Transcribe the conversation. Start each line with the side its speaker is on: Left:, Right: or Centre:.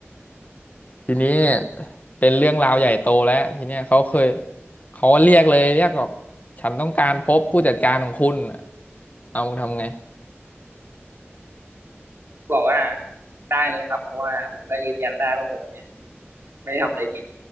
Left: ทีนี้เนี่ยเป็นเรื่องราวใหญ่โตแล้วทีเนี้ยเขาเคยเขาเรียกเลยเรียกบอกฉันต้องการพบผู้จัดการของคุณเอามึงทำไง
Right: บอกว่าได้เลยครับเพราะว่าผมก็ยืนยันได้ว่าผมเนี่ยไม่ได้ทำอะไรผิด